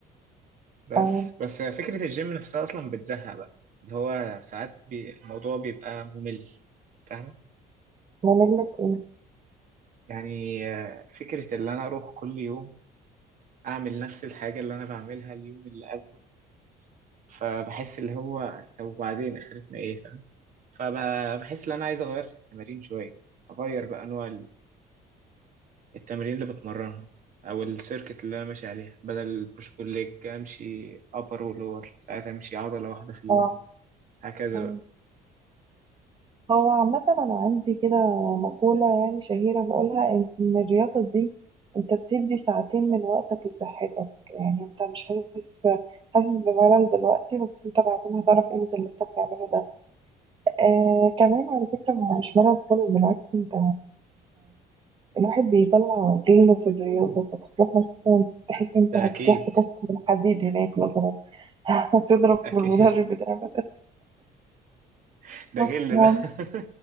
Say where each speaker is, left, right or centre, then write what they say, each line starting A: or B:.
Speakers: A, on the right; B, on the right.
A: بس
B: اه
A: بس فكرة الجيم نفسها أصلا بتزهق بقى اللي هو ساعات بي الموضوع بيبقى ممل فاهمة
B: ممل في ايه
A: يعني آه، فكرة إن أنا أروح كل يوم أعمل نفس الحاجة اللي أنا بعملها اليوم اللي قبله فبحس اللي هو طب وبعدين آخرتنا إيه فاهم فبحس إن أنا عايز أغير في التمارين شوية أغير بقى نوع التمارين اللي بتمرنها او السيركت اللي انا ماشي عليها بدل البوش بول ليج امشي ابر ولور ساعات امشي عضله واحده في اليوم
B: اه
A: هكذا
B: آه.
A: بقى
B: هو عامة أنا عندي كده مقولة يعني شهيرة بقولها إن الرياضة دي أنت بتدي ساعتين من وقتك لصحتك يعني أنت مش حاسس حاسس بملل دلوقتي بس أنت بعدين هتعرف قيمة اللي أنت بتعمله ده آه كمان على فكرة هو مش ملل خالص بالعكس أنت الواحد بيطلع غله في الرياضة فتروح مثلا تحس إن انت
A: ده
B: هتروح
A: اكيد
B: تكسر الحديد هناك مثلا <laughs> هتضرب
A: اكيد
B: المدرب بتاعك
A: <laughs> ده
B: مثلا
A: غل ده <laughs>